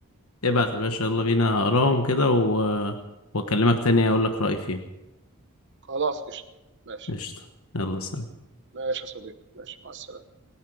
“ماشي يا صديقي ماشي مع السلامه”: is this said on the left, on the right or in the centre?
Right